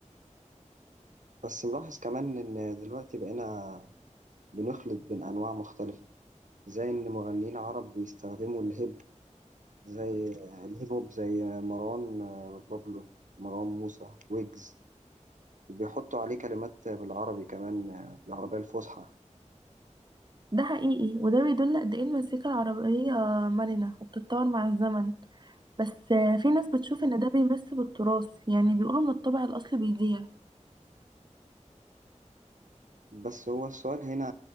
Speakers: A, on the right; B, on the right.
A: بس ملاحظ كمان ان دلوقتي بقينا بنخلط بين انواع مختلفه زي ان مغنيين عرب بيستخدموا الهيب زي الهيب هوب زي مروان آه، بابلو مروان موسى ويجز وبيحطوا عليه كلمات بالعربي كمان آه، العربية الفصحى
B: ده حقيقي وده بيدل قد ايه المزيكا العربية مرنة وبتتطور مع الزمن بس في ناس بتشوف ان ده بيمس بالتراث يعني بيقولوا ان الطبع الاصلي بيضيع
A: بس هو السؤال هنا